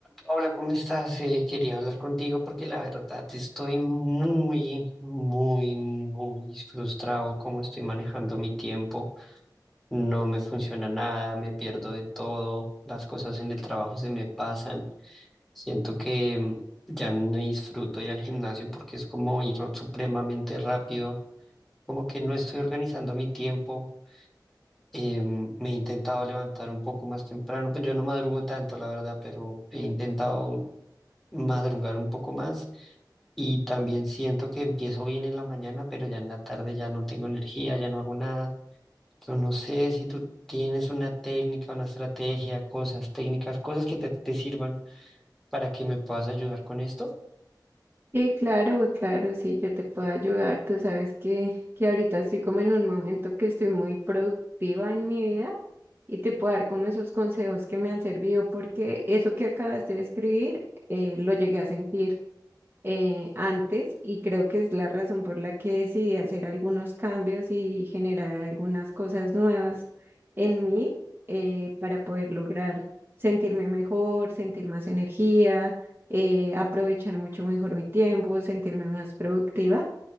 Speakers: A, in the centre; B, on the right.
A: Hola, ¿cómo estás? Eh, quería hablar contigo porque la verdad estoy muy, muy, muy frustrado cómo estoy manejando mi tiempo. No me funciona nada, me pierdo de todo, las cosas en el trabajo se me pasan. Siento que mm, ya no disfruto ir al gimnasio porque es como ir supremamente rápido, como que no estoy organizando mi tiempo. Em, me he intentado levantar un poco más temprano, pues yo no madrugo tanto, la verdad, pero he intentado madrugar un poco más y también siento que empiezo bien en la mañana, pero ya en la tarde ya no tengo energía, ya no hago nada. Yo no sé si tú tienes una técnica, una estrategia, cosas, técnicas, cosas que te, te sirvan para que me puedas ayudar con esto.
B: Sí, claro, claro, sí, yo te puedo ayudar. Tú sabes que, que ahorita estoy como en un momento que estoy muy productiva en mi vida y te puedo dar como esos consejos que me han servido porque eso que acabaste de escribir eh, lo llegué a sentir eh, antes y creo que es la razón por la que decidí hacer algunos cambios y generar algunas cosas nuevas en mí eh, para poder lograr sentirme mejor, sentir más energía, eh, aprovechar mucho mejor mi tiempo, sentirme más productiva.